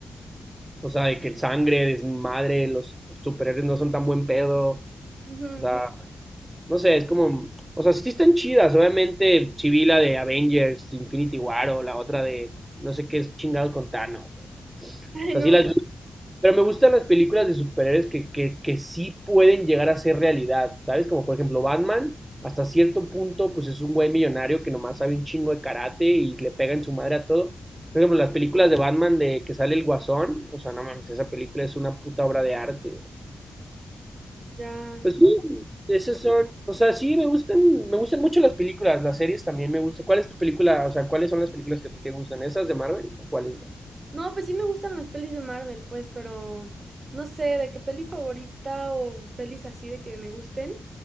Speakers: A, on the right (about 20°); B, on the right (about 50°).
A: O sea, de que el sangre, desmadre, los superhéroes no son tan buen pedo.
B: Ujú.
A: O sea, no sé, es como. O sea, sí están chidas. Obviamente, sí vi la de Avengers, Infinity War o la otra de no sé qué es chingado con Thanos. O
B: Ay,
A: sea,
B: no.
A: sí las vi, pero me gustan las películas de superhéroes que, que, que sí pueden llegar a ser realidad, ¿sabes? Como por ejemplo Batman, hasta cierto punto, pues es un güey millonario que nomás sabe un chingo de karate y le pega en su madre a todo. Por ejemplo, las películas de Batman de que sale el Guasón, o sea, no mames, esa película es una puta obra de arte, güey.
B: Ya.
A: Pues
B: no.
A: sí, esas son, o sea, sí me gustan, me gustan mucho las películas, las series también me gustan. ¿Cuál es tu película, o sea, cuáles son las películas que a ti te gustan? ¿Esas de Marvel o cuáles más?
B: No, pues sí me gustan las pelis de Marvel, pues, pero no sé de qué peli favorita o pelis así de que me gusten.